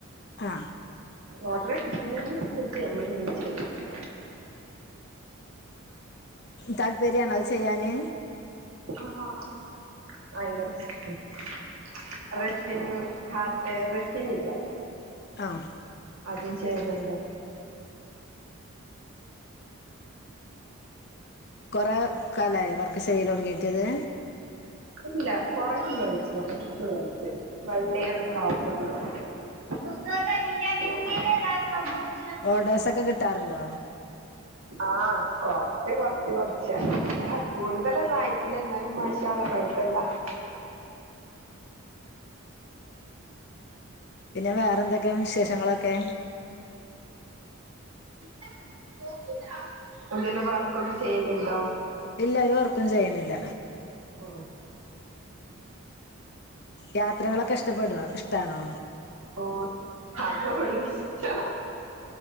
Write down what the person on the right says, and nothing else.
ഓർഡർ കിട്ടുന്ന <unintelligible>
<unintelligible> <unintelligible> ഇല്ല
അതും ചെയ്യുന്നുണ്ട്
അല്ല കൊറേ ഒന്നും കഴിച്ചില്ല കൊറച്ചഴച്ച് വള്ളിയറൊക്കെ ആവുന്നുള്ളൂ <unintelligible>
ആഹ് കൊറച്ച് കൊറച്ച് കൊറച്ച അങ്ങ കൂടുതലൊന്നും അയിച്ചില്ല എന്നാലും മശളഴ <unintelligible>
ഇത്താ ധോ എന്തേലും വർക്കൊക്കെ ചെയ്യുലിണ്ടോ
ഓഹ്
ഓഹ് യാത്രകള് ഇഷ്ടാ